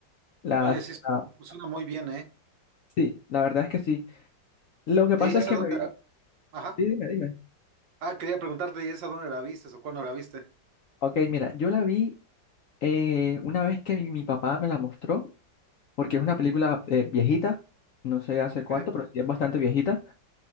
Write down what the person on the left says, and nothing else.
Las,
la-
sí, la verdad es que sí. Lo que
pasa
es que
me vi...
Sí, dime, dime.
Ok, mira, yo la vi eh, una vez que mi, mi papá me la mostró, porque es una película eh, viejita, no sé hace
cuánto,
pero sí es bastante viejita,